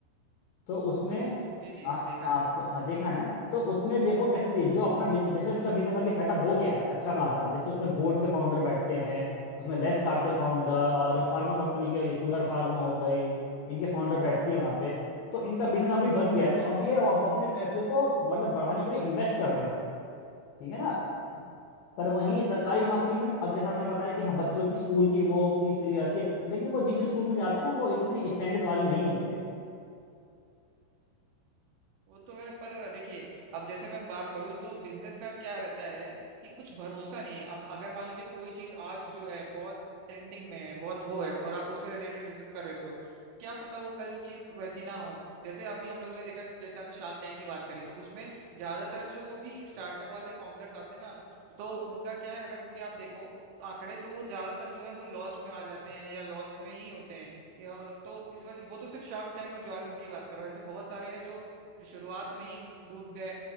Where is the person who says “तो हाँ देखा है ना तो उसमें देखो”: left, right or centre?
Left